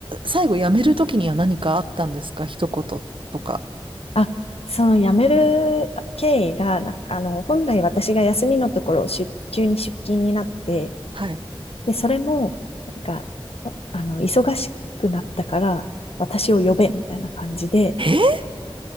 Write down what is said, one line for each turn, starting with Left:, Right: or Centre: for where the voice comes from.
Right: 最後辞めるときには何かあったんですか一言とか。
Left: あ、その辞める経緯が、なんかあの、本来私が休みのところ、出、急に出勤になって、
Right: はい。
Left: で、それも、なんか、あの、忙しくなったから、私を呼べ、みたいな感じで、
Right: えー